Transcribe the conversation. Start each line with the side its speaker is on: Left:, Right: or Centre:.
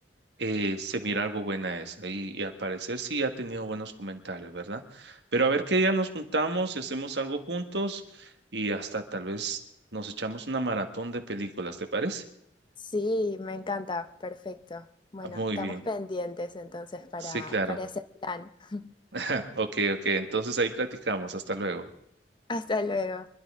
Right: eh, se mira algo buena esa. Y, y al parecer sí ha tenido buenos comentarios, ¿verdad? Pero a ver qué día nos juntamos y hacemos algo juntos y hasta tal vez nos echamos una maratón de películas, ¿te parece?
Left: Sí, me encanta, perfecto. Bueno,
Right: Ah, Muy
Left: estamos
Right: bien.
Left: pendientes entonces para,
Right: Sí, claro.
Left: para ese plan. <laughs>
Right: <laughs> Ok, ok. Entonces ahí platicamos. Hasta luego.
Left: Hasta luego.